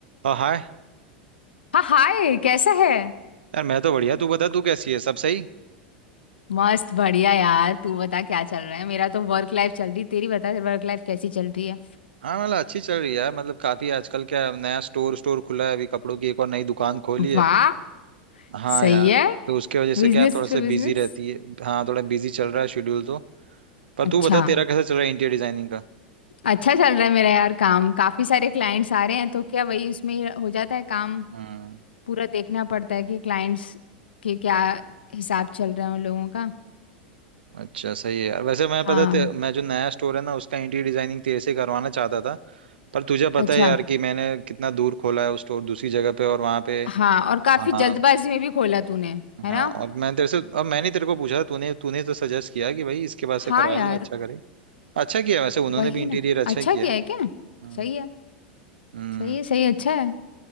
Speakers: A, on the right; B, on the left.
A: हाँ हाय
B: हाँ हाय कैसा है
A: यार मैं तो बढ़िया तू बता तू कैसी है सब सही
B: मस्त बढ़िया यार तू बता क्या चल रहा है मेरा तो वर्क लाइफ चल रही तेरी बता वर्क लाइफ कैसी चल रही है
A: हाँ मतलब अच्छी चल रही है यार मतलब काफी आजकल क्या नया स्टोर स्टोर खुला है अभी कपड़ों की एक और नई दुकान खोली है
B: वाह
A: हाँ
B: सही
A: यार
B: है
A: तो उसके वजह से
B: बिजनेस
A: क्या है, थोड़ा सा
B: पे बिजनेस
A: बिजी रहती है हाँ थोड़ा बिजी चल रहा है शेड्यूल तो पर
B: अच्छा
A: तू बता तेरा कैसा चल रहा है इंटीरियर डिजाइनिंग का
B: अच्छा चल रहा है मेरा यार काम काफी सारे क्लाइंट्स आ रहे हैं तो क्या वही उसमें ही हो जाता है काम
A: हम्म
B: पूरा देखना पड़ता है कि क्लाइंट्स के क्या हिसाब चल रहा है उन लोगों का
A: अच्छा सही है यार वैसे मैं
B: हाँ
A: पता ते, मैं जो नया स्टोर है ना उसका इंटीरियर डिजाइनिंग तेरे से करवाना चाहता था पर तुझे पता
B: अच्छा
A: है यार कि मैंने कितना दूर खोला है उस स्टोर दूसरी जगह पे और वहाँ पे
B: हाँ और काफी
A: हाँ
B: जल्दबाजी में भी खोला तूने है
A: हाँ
B: ना
A: और मैं तेरे से अब मैंने तेरे को पूछा तूने तूने तो सजेस्ट किया कि भाई इसके पास से
B: हाँ
A: करवा
B: यार
A: ले अच्छा करे अच्छा किया वैसे उन्होंने
B: वही
A: भी इंटीरियर
B: ना
A: अच्छा
B: अच्छा
A: किया
B: किया
A: है
B: है क्या
A: हम्म
B: सही है
A: हम्म,
B: सही है सही है, अच्छा है